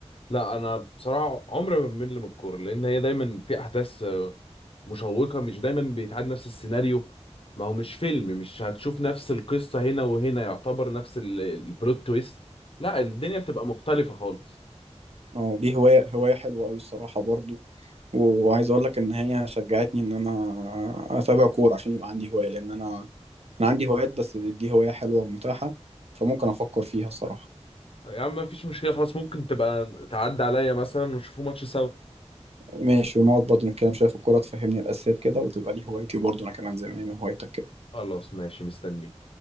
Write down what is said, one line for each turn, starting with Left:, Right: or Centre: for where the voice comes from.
Left: لا أنا بصراحة عمري ما بمل من الكورة لأن هي دايما في أحداث آه، مشوقة مش دايما بيتعاد نفس السيناريو ما هو مش فيلم مش هتشوف نفس القصة هنا وهنا يعتبر نفس ال- البلوت تويست لا الدنيا بتبقى مختلفة خالص
Right: أه دي هواية هواية حلوة أوي الصراحة برضه وعايز أقول لك إن هي شجعتني إن أنا أتابع كورة عشان يبقى عندي هواية لأن أنا أنا عندي هوايات بس دي دي هواية حلوة ومتاحة فممكن أفكر فيها الصراحة
Left: يا عم مفيش مشكلة خلاص ممكن تبقى تعدي عليا مثلا ونشوفوا ماتش سوا
Right: ماشي ونقعد برضه نتكلم شوية في الكورة تفهمني الأساسيات كده وتبقى دي هوايتي برضه أنا كمان زي ما هي هوايتك كده.
Left: خلاص ماشي مستنيك